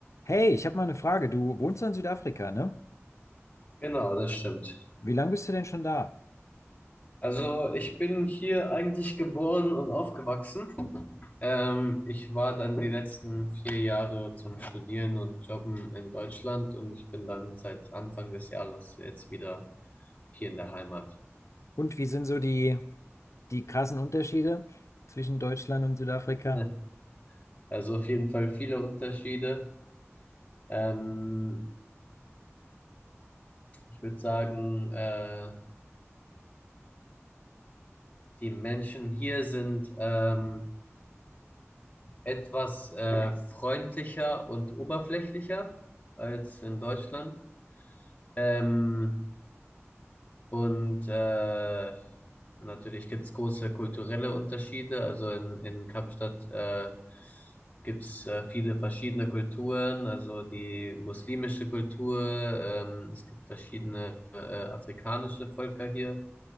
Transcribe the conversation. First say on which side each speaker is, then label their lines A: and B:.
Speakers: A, on the left (about 85°); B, on the left (about 30°).
A: Hey, ich habe mal eine Frage. Du wohnst in Südafrika, ne?
B: Genau, das stimmt.
A: Wie lange bist du denn schon da?
B: Also ich bin hier eigentlich geboren und aufgewachsen. Ähm, ich war dann die letzten vier Jahre zum Studieren und Jobben in Deutschland und ich bin dann seit Anfang des Jahres jetzt wieder hier in der Heimat.
A: Und wie sind so die, die krassen Unterschiede zwischen Deutschland und Südafrika?
B: <laughs> Also auf jeden Fall viele Unterschiede. Ähm, ich würde sagen, äh, die Menschen hier sind ähm, etwas äh, freundlicher und oberflächlicher als in Deutschland. Ähm, Und äh, natürlich gibt es große kulturelle Unterschiede. Also in, in Kapstadt äh, gibt es äh, viele verschiedene Kulturen, also die muslimische Kultur, ähm, es gibt verschiedene äh, afrikanische Völker hier.